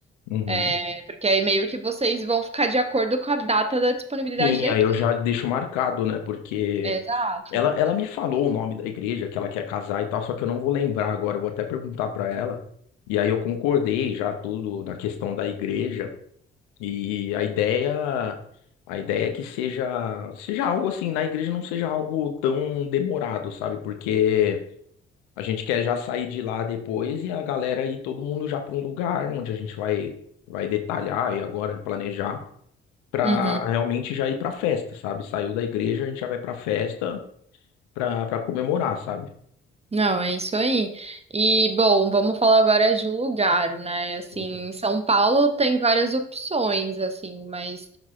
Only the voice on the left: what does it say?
Uhum.
Sim,
aí
eu já deixo marcado, né? Porque
ela, ela me falou o nome da igreja que ela quer casar e tal, só que eu não vou lembrar agora, eu vou até perguntar pra ela. E aí eu concordei já tudo na questão da igreja. E a ideia, a ideia é que seja, seja algo assim, na igreja não seja algo tão demorado, sabe? Porque a gente quer já sair de lá depois e a galera e todo mundo já para um lugar onde a gente vai vai detalhar e agora planejar para
realmente já ir para festa, sabe? Saiu da igreja, a gente já vai para festa para para comemorar, sabe?
Uhum.